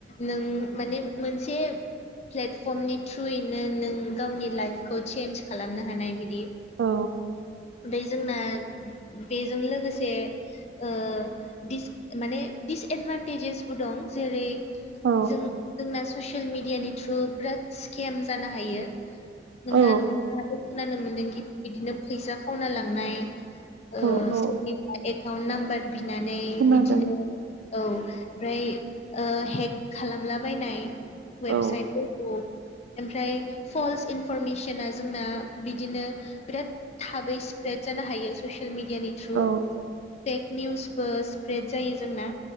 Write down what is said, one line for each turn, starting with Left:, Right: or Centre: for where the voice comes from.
Left: नों माने मोनसे प्लेटफर्मनि थ्रुयै नों गावनि लाइफखौ चेन्ज खालामनो हानाय बिदि
Right: औ।
Left: बे जोंना बेजों लोगोसे ओ दिस माने दिसएदभान्टेजेसबो दं जेरै
Right: औ
Left: जों जोंना ससियेल मिडियानि थ्रु बिराद स्केम जानो हायो। नोंथा
Right: औ
Left: नोंथाङाथो खोनानो मोनदोंखि बिदिनो फैसा खावना लांनाय ओ
Right: औ औ
Left: सोरनिबा एकाउन्ट नाम्बार बिनानै
Right: खोनादों
Left: बिदिनो औ ओमफ्राय ओ हेक खालामलाबायनाय वेबसाइटफोरखौ
Right: औ
Left: ओमफ्राय फल्स इनफरमेसना जोंना बिदिनो बिराद थाबै स्प्रेड जानो हायो ससियेल मिडिया नि थ्रु
Right: औ
Left: फेक निउसबो स्प्रेड जायो जोंना